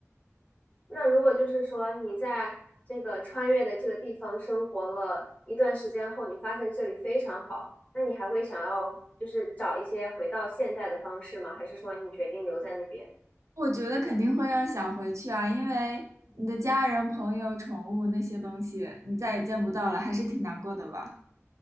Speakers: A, on the left (about 25°); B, on the right (about 80°).
A: 那如果就是说你在这个穿越的这个地方生活了一段时间后，你发现这里非常好，那你还会想要就是找一些回到现代的方式吗？还是说你决定留在那边？
B: 我觉得肯定会要想回去啊，因为你的家人、朋友、宠物那些东西，你再也见不到了，还是挺难过的吧？